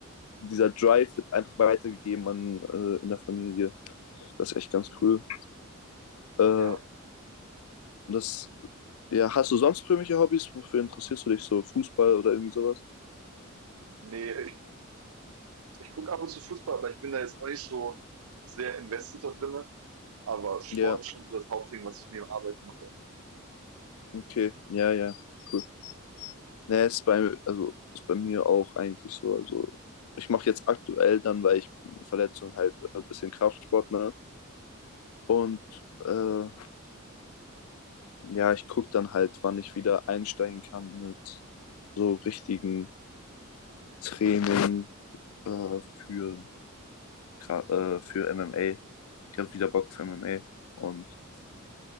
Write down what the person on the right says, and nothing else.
Mhm.
Ja,
nee, ich ich gucke ab und zu Fußball, aber ich bin da jetzt auch nicht so sehr invested da drinne. Aber Sport
ist schon so das Hauptding, was ich neben Arbeit mache.